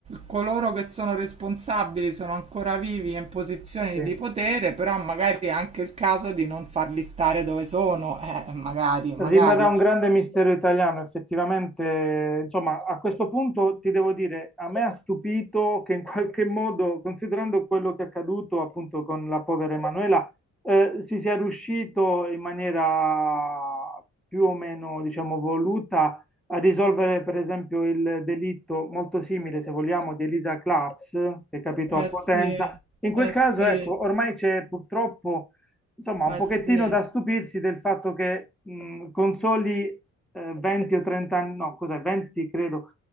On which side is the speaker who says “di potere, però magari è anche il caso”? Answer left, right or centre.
Right